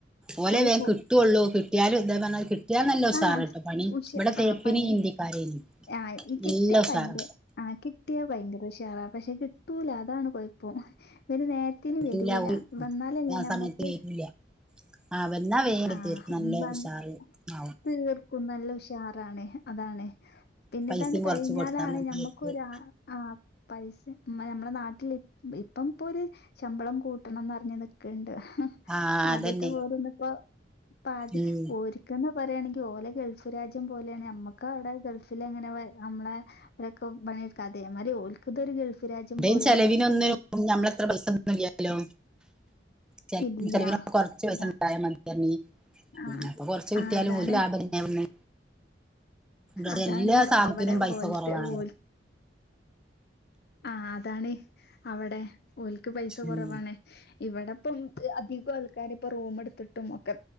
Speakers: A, in the centre; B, on the left.
A: ഓലെ
B: ഓല്
A: വേം
B: പോ
A: കിട്ടൊള്ളൂ കിട്ട്യാലും ഇതെ പർഞ്ഞര്ക്ക്‌ കിട്ട്യാനല്ല ഉഷാറാട്ടോ
B: ആഹ്
A: പണി
B: ഉഷ
A: ഇപടെ തേപ്പിന്
B: ആഹ് പണി
A: ഹിന്ദിക്കാരേനി.
B: ആഹ് ഈ കിട്ട്യാ
A: നല്ല ഉഷാറാ
B: ഭയങ്ക ആഹ് കിട്ട്യാ ഭയങ്കരെ ഉഷാറാ പക്ഷേ കി ട്ടൂല അതാണ് കൊയപ്പം പിന്നെ നേര്ത്തിന്
A: കിട്ടൂല
B: വരൂല വന്നാലല്ലേ
A: ആ
B: ഞമ്മക്ക്
A: സമയത്ത് വരൂല്ല ആ വന്നാ വേ എട്
B: ആഹ്
A: തീ നല്ല
B: വന്ന്
A: ഉഷാറ് ആവും.
B: തീർക്കും നല്ല ഉഷാറാണ്. അതാണ് പിന്നെ
A: പൈസയും
B: ഇതാണ്ട് കഴിഞ്ഞാലാണ്
A: കൊറച്ച് കൊടുത്താ മതിയായിരിക്കും
B: നമ്മുക്കൊരു ആ ആഹ് പൈസ നമ്മളെ നാട്ടിൽ ഇപ്പം ഇപ്പൊര് ശമ്പളം കൂട്ടണംന്ന്ർഞ്ഞ് നിക്ക്‌ണ്ട്
A: ആ
B: ആദ്യത്തെ
A: അതന്നെ
B: പോലെന്ന് ഇപ്പോ ഇപ്പ ആദ്യം
A: ഉം
B: ഓര്ക്കെന്ന് പറയാണെങ്കി ഓലെ ഗൾഫ് രാജ്യം പോലെണ് നമ്മക്ക്‌ അവ്ടെ ഗൾഫ് ലങ്ങനെ നമ്മളെ ഒര്ക്ക്‌ പണിഎട്കാത്തെ അതേ മാതിരി ഓൽ പ്പ‌ ഇതൊരു ഗൾഫ് രാജ്യം
A: ഇവിടെ
B: പോലെയാണ്
A: അയ്ന് ചെലവിനൊന്ന് നമ്മളത്ര പൈസ കിട്ട്ണ്ല്ല്യല്ലോ. ചെ
B: ഇല്ല
A: ചെലവിനോക്കെ കൊറച്ച് പൈസണ്ടായ
B: അതാ
A: മതിന്ന് പർഞ്ഞ്
B: ആ
A: ഉം അപ്പ കൊറച്ച് കിട്ടിയാലും
B: ആ അതാണ്
A: ഓൽക്ക്‌ ലാഭല്ലേ എവ്ട്ന്ന് ഉം
B: അതാണ്
A: എല്ലാ സാധനത്തിനും
B: അവിടെ
A: പൈസ
B: ഓൽത്തെ
A: കൊറവാണ്
B: ഓൽ ആഹ് അതാണ് അവിടെ ഓൽക്ക് പൈസ കൊറവാണ്
A: ഉം
B: ഇവിട്പ്പം അധികം ആൾക്കാര് ഇപ്പം റൂമെടുത്തിട്ടും ഒക്കെ